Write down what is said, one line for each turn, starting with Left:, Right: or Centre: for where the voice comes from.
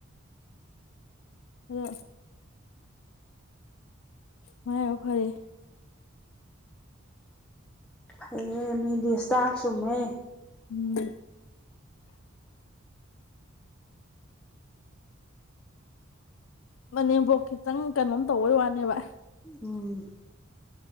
Left: ꯑꯗꯣ ꯃꯔꯥꯏꯕꯛ ꯐꯔꯦ
Centre: ꯍꯩꯌꯦ ꯃꯤꯗꯤ ꯁꯇꯥꯔ ꯆꯝꯃꯦ
Left: ꯎꯝ ꯃꯅꯦꯝꯕꯣꯛ ꯈꯤꯇꯪ ꯀꯩꯅꯣꯝ ꯇꯧꯕꯩ ꯋꯥꯅꯦꯕ
Centre: ꯎꯝ